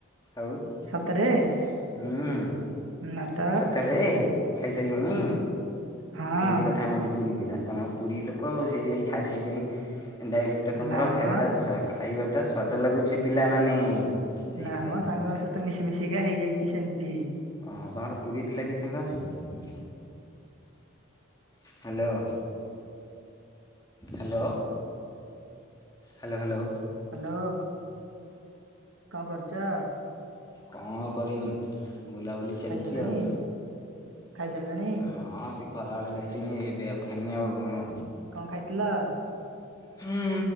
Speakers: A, on the left; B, on the right.
A: ଆଉ ହୁଁ।
B: ସତରେ ନା ତ
A: ସତରେ ଖାଇସାଇ ଲୁଣି।
B: ହଁ
A: ଏମିତି କଥା ହୁଅନ୍ତି ପୁରୀ ପିଲା ତମ ପୁରୀ ଲୋକ ଆଉ ସେଇଥିପାଇଁ ଖାଇ ସାଇଲିଣି ସେ ଡାଇଲ ଏଇଟା ତମର
B: ନା
A: ଖାଇବା
B: ମ
A: ଟା ସ୍ୱା ଖାଇବାଟା ସ୍ଵାଦ ଲାଗୁଛି ପିଲାମାନେ। ସେଇଥିପାଇଁ
B: ନା ମ ସାଙ୍ଗ ଙ୍କ ସହିତ ମିଶି ମିଶିକା ହେଇଯାଇଛି ସେମିତି।
A: ଅ ହ ତମର ପୁରୀ ପିଲା କିଏ ସାଙ୍ଗେ ଅଛି କି? Hello. Hello. Hello hello.
B: Hello କଣ କରୁଚ।
A: କଁ ଆଉ କରିବି ମୁଁ ବୁଲାବୁଲି। ଚାଲିଛି
B: ଖାଇସାରିଲଣି
A: ଆଉ
B: ଖାଇସାରିଲଣି
A: ହଁ ସେ ଖରାବେଳେ ଖାଇଥିନି ଏବେ ଆଉ ଖାଇନି ଆଉ କଣ?
B: କଣ ଖାଇଥିଲ।
A: ହୁଁ